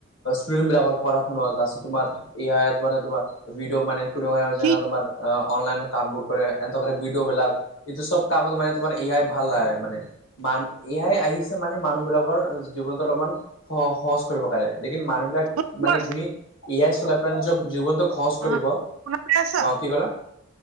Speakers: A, on the left; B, on the right.
A: ষ্টুডেণ্ট বিলাকৰ পঢ়া-শুনা আছে তোমাৰ এ আই মানে তোমাৰ ভিডিও মানে
B: কি
A: তোমাৰ অনলাইনৰ কামবোৰ কৰে এনে এইটো কৰে ভিডিঅ'বলাক। এইটো সব কামত মানে তোমাৰ এ আই ভাল লাগে মানে। মান এ আই আহিছে মানে মানুহ বিলাকৰ জীৱনতটো অলপমান স-সহজ কৰিব কাৰণে লেকিন মানুহবিলাক
B: তোমাৰ
A: মানে যদি এ আই চলে আপোনাৰ নিজৰ জীৱনটো সহজ কৰিব।
B: অ শুনা পাই আছা
A: অ কি কলা?